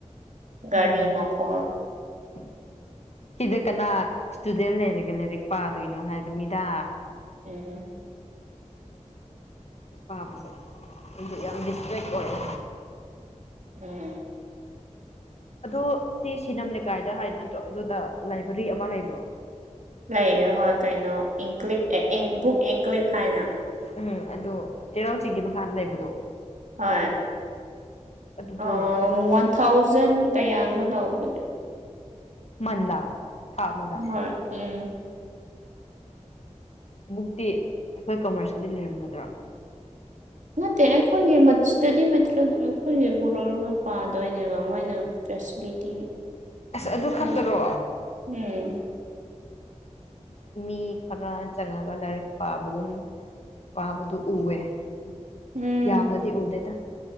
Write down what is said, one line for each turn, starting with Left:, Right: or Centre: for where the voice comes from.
Right: ꯒꯥꯔꯤ
Left: ꯎꯝ
Right: ꯃꯈꯣꯜ
Left: <unintelligible> ꯁꯤꯗ ꯀꯅꯥ ꯁ꯭ꯇꯨꯗꯦꯟ ꯂꯩꯔꯒ ꯂꯥꯏꯔꯤꯛ ꯄꯥꯗꯣꯏꯅꯣ ꯍꯥꯏꯕꯅꯤꯗ
Right: ꯎꯝ
Left: <unintelligible> ꯄꯥꯕꯁꯦ ꯈꯪꯗꯦ ꯌꯥꯝ ꯗꯤꯁꯇ꯭ꯔꯦꯛ ꯑꯣꯏꯔꯦ
Right: ꯎꯝ
Left: ꯑꯗꯨ ꯁꯤ ꯁꯤꯅꯝ ꯂꯩꯀꯥꯏꯗ ꯍꯥꯏ ꯅꯠꯇ꯭ꯔꯣ ꯑꯗꯨꯗ ꯂꯥꯏꯕ꯭ꯔꯦꯔꯤ ꯑꯃ ꯂꯩꯕ꯭ꯔꯣ
Right: ꯂꯩꯑꯦ ꯍꯣꯏ ꯀꯩꯅꯣ ꯏꯟꯀ꯭ꯂꯤꯞ ꯑꯦ ꯕꯨꯛ ꯏꯟꯀ꯭ꯂꯤꯞ ꯍꯥꯏꯅ
Left: ꯎꯝ ꯑꯗꯨ ꯆꯩꯔꯥꯎ ꯆꯤꯡꯒꯤ ꯃꯈꯥꯗ ꯂꯩꯕꯗꯣ
Right: ꯍꯣꯏ
Left: ꯑꯗꯨꯗꯣ
Right: ꯑ
Left: ꯃꯤ
Right: ꯋꯥꯟ ꯊꯥꯎꯖꯟ ꯀꯌꯥꯅꯣ ꯂꯧꯕꯅꯦ
Left: <unintelligible> ꯑꯃꯗ
Right: ꯍꯣꯏ ꯎꯝ
Left: ꯕꯨꯛꯇꯤ ꯑꯩꯈꯣꯏ ꯀꯃꯔꯁꯒꯤꯗꯤ ꯂꯩꯔꯝꯒꯗ꯭ꯔꯣ
Right: ꯅꯠꯇꯦ ꯑꯩꯈꯣꯏꯒꯤ <unintelligible> <unintelligible> ꯑꯩꯈꯣꯏꯒꯤ ꯄꯨꯔꯛꯑꯒ ꯄꯥꯗꯣꯏꯅꯦꯕ ꯃꯣꯏꯅ ꯐꯦꯁꯤꯂꯤꯇꯤ
Left: ꯑꯁ ꯑꯗꯨ ꯈꯛꯇꯔꯣ
Right: ꯑꯁ ꯎꯝ
Left: ꯃꯤ ꯈꯔ ꯆꯪꯉꯒ ꯂꯥꯏꯔꯤꯛ ꯄꯥꯕꯒꯨꯝ ꯄꯥꯕꯗꯨ ꯎꯋꯦ ꯑꯗꯨꯕꯨ
Right: ꯎꯝ
Left: ꯌꯥꯝꯅꯗꯤ ꯎꯗꯦꯗ